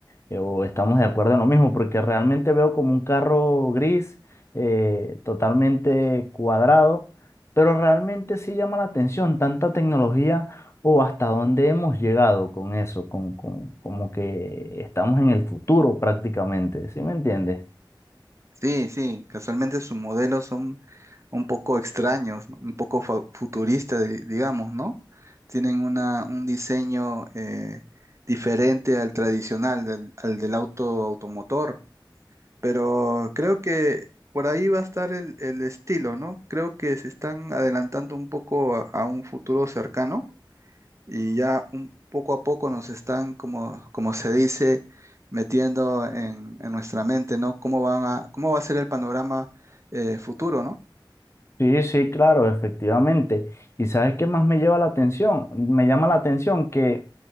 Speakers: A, on the left; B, on the right.
A: eh, o estamos de acuerdo en lo mismo, porque realmente veo como un carro gris, eh, totalmente cuadrado, pero realmente sí llama la atención tanta tecnología o hasta dónde hemos llegado con eso, con, con- como que estamos en el futuro prácticamente, ¿sí me entiendes?
B: Sí, sí, casualmente sus modelos son un poco extraños, ¿no? un poco fa- futuristas, di- digamos, ¿no? Tienen una, un diseño eh, diferente al tradicional, del- al del auto automotor, pero creo que por ahí va a estar el, el estilo, ¿no? Creo que se están adelantando un poco a a un futuro cercano y ya un poco a poco nos están, como, como se dice, metiendo en, en nuestra mente, ¿no? ¿Cómo van a, cómo va a ser el panorama eh, futuro, ¿no?
A: Sí, sí, claro, efectivamente. ¿Y sabes qué más me lleva la atención? Me llama la atención que